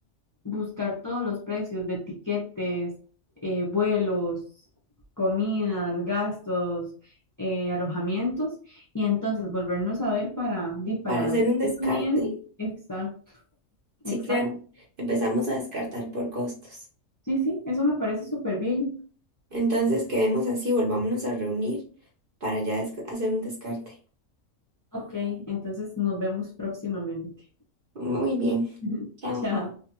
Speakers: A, on the left (about 20°); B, on the right (about 50°).
A: buscar todos los precios de tiquetes, eh, vuelos, comidas, gastos, eh, alojamientos, y entonces volvernos a ver para, di- para
B: Para hacer
A: ir
B: un descarte.
A: definiendo. Exacto,
B: Sí,
A: exacto.
B: claro. Empezamos a descartar por costos.
A: Sí, sí, eso me parece súper bien.
B: Entonces quedemos así, volvámonos a reunir para ya desca- hacer un descarte.
A: Ok, entonces nos vemos próximamente.
B: Muy bien.
A: <laughs>
B: Chao.
A: Chao.